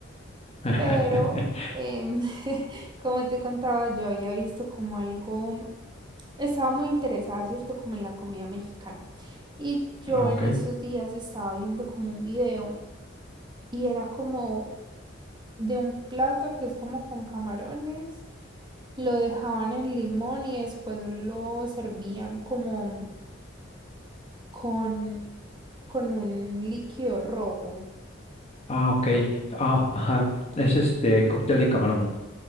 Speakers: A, on the left (about 35°); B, on the right (about 25°).
A: <laughs>
B: pero... em, <laughs> Como te contaba, yo había visto como algo, estaba muy interesada, ¿cierto? Como en la comida mexicana. Y yo
A: Ah, ok.
B: en esos días estaba viendo como un video y era como de un plato que es como con camarones, lo dejaban en limón y después lo servían como con, con un líquido rojo.
A: Ah, ok. Ah, ajá. Es este cóctel de camarón.